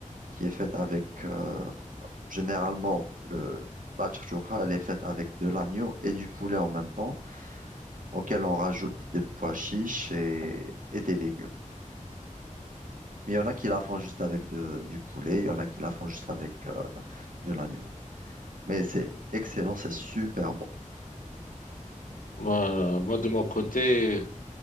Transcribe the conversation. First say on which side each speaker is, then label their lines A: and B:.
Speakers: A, on the right (about 80°); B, on the left (about 80°).
A: qui est faite avec, euh, généralement, le, la chouchoura, elle est faite avec de l'agneau et du poulet en même temps, auquel on rajoute des pois chiches et, et des légumes. Mais il y en a qui la font juste avec de- du poulet, il y en a qui la font juste avec, euh, de l'agneau. Mais c'est excellent, c'est super bon.
B: Moi, moi, de mon côté,